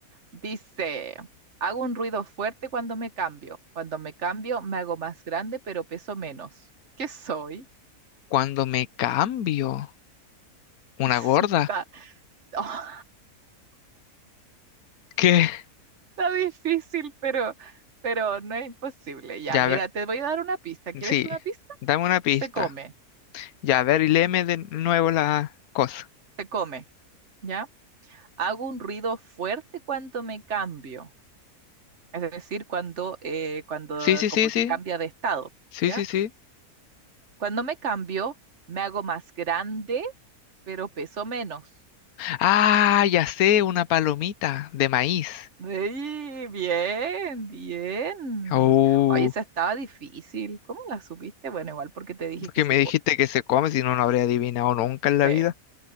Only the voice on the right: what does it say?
Dice, hago un ruido fuerte cuando me cambio. Cuando me cambio, me hago más grande, pero peso menos. ¿Qué soy?
<laughs> Sí,
está, oh,
está difícil, pero, pero no es imposible. Ya,
mira,
te voy a dar una pista. ¿Quieres
una pista?
Se come,
se come, ¿ya? Hago un ruido fuerte cuando me cambio. Es decir, cuando, eh, cuando
como
que
cambia de estado,
¿ya?
Cuando me cambio, me hago más grande, pero peso menos.
¡Ey! Bien, bien.
Oye, esa estaba difícil. ¿Cómo la supiste? Bueno, igual porque te dije que
se
come.
Sí,